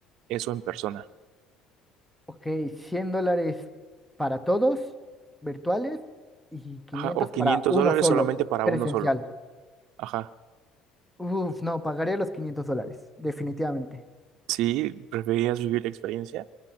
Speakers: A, on the right; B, in the centre.
A: eso en persona.
B: Ok, 100 dólares para todos, virtuales, y 500
A: Ajá, o 500
B: para uno
A: dólares
B: solo,
A: solamente para
B: presencial.
A: uno solo. Ajá.
B: Uf, no, pagaría los quinientos dólares, definitivamente.
A: Sí, ¿preferías vivir la experiencia?